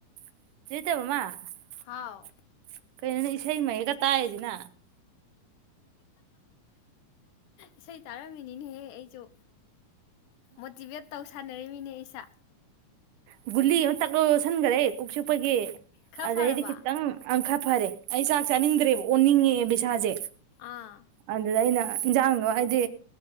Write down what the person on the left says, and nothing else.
ꯍꯥꯎ
ꯏꯁꯩ ꯇꯥꯔꯝꯃꯤꯅꯤꯅꯦꯍꯦ ꯑꯩꯁꯨ ꯃꯣꯇꯤꯚꯦꯠ ꯇꯧ ꯁꯥꯟꯅꯔꯤꯃꯤꯅꯦ ꯑꯩꯁꯥ
ꯈꯔ
ꯐꯔꯕ
ꯑꯥ